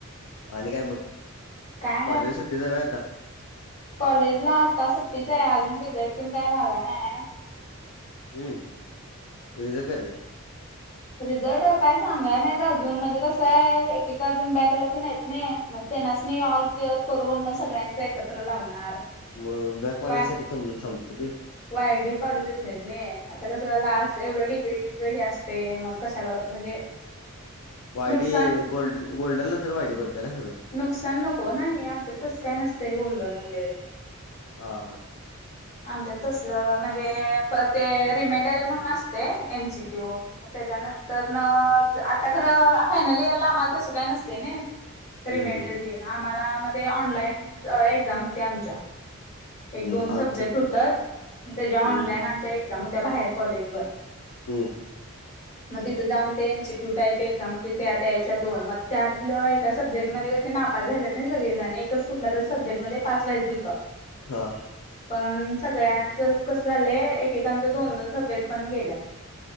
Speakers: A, on the left (about 75°); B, on the left (about 30°).
A: आणि काय मग?
B: काय
A: कॉलेजला सुट्टीच हाय व्हय आता?
B: कॉलेज ला आता सुट्टीच हाय. अजून रिझल्ट तेन काय लागाय न्हाय.
A: हम्म. रिझल्ट कधी हाय?
B: रिझल्ट काय सांगाय नाहीत अजून म्हणजे कसं हाय एकेक अजून बॅकला तेन हाईत. नाही. मग तेनासनी ऑल क्लिअर करून, मग सगळ्यांच एकत्र लावणार.
A: मग बॅकवाल्यानसाठी
B: वाय
A: <unintelligible> थांबतात वी?
B: वायडी पाडू देत नाही तनी, आता कसं लास्ट एवढं डिग्रीच हे असं. ते मग कशाला म्हणजे,
A: वायडी
B: नुकसान
A: गोल्डन गोल्डन नंतर, वायडी पडते ना खरं.
B: नुकसान नको ना हे, आमच्यात तसं काय नसतंय गोल्डन वगैरे.
A: हा हा.
B: आमच्या तसलं म्हणजे ते, रिमेंडल म्हणून असते एमसीक्यू. तेच्यानंतर आता खरं, फायनल इयरला आम्हांला तसं काय नसते नी. रिमेल्डन
A: हम्म हम्म
B: देणं आम्हाला मध्ये, ऑनलाईन एक्झाम होत्या आमच्या. एक
A: हम्म
B: दोन
A: आमच्या
B: सब्जेक्ट होतात, त्यांच्या
A: हम्म
B: ऑनलाईन आमच्या एक्झाम होत्या. बाहेर कॉलेजवर.
A: हम्म.
B: मग तिथं जाऊन ते इन्स्टक्यूट टाईप एक्झाम होते. त्या द्यायच्या दोन. मग त्यातलं एक सब्जेक्ट मध्ये कसं नापास झालेत नी सगळेजण, एकच कुठल्यातरी सब्जेक्ट मध्ये पास व्हायचं होतं.
A: हा.
B: पण सगळ्यांचं कसं झालंय, एकेकांचं दोन-दोन सब्जेक्ट पण गेल्यात.